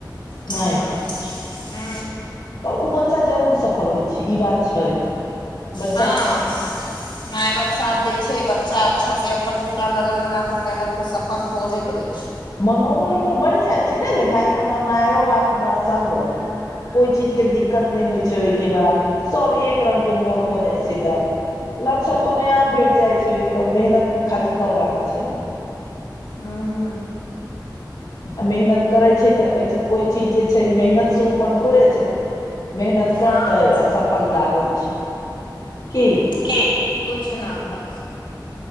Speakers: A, on the left; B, on the left.
A: हू
B: नहि
A: हू
B: तऽ ओ बच्चा जरूर सफल होइ छै ई बात छै बच्चा
A: हँ माय बाप साथ दै छै बच्चा अच्छासँ अपन पूरा लगन लगाकऽ कयलक तऽ सफल होबे करै छै
B: मनोबल ओकर बढ़ि जाइत छै ने जे भाय हमरा मायो बाप हमरा सङ्ग होय कोहि चीजके दिक्कत नहि होइ छै ओहिके बाद सभ एक रंगके मोन भऽ जाइत छै तऽ लक्ष्य अपने आप भेट जाइ छै ओहिके बाद मेहनत खाली करबाका छै
A: हूँ
B: आ मेहनत करै छै तऽ कहै छै कोइ चीज जे छै मेहनतसँ ऊपर थोड़े छै मेहनत करतै
A: ना कुछ
B: आ
A: ना
B: सफलता होइत छै की
A: किछ न भ